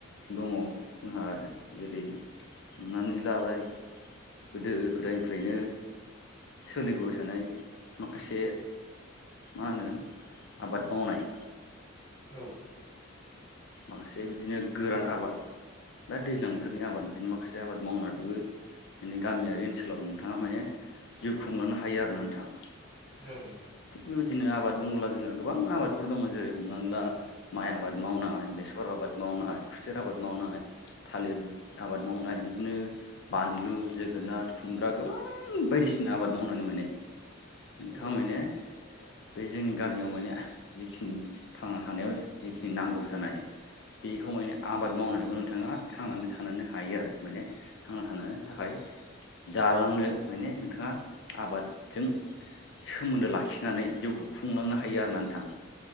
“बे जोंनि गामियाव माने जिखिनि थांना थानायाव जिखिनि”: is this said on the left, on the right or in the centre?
Left